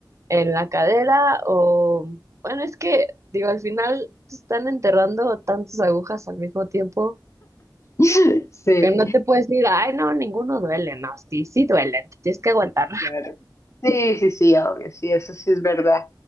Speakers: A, on the right; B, on the left.
A: en la cadera o, bueno, es que, digo, al final te están enterrando tantas agujas al mismo tiempo
B: <laughs> Sí,
A: que no te puedes decir, ay, no, ninguno duele. No, sí, sí duelen, te tienes que aguantar.
B: claro. Sí, sí, sí, obvio, sí, eso sí es verdad.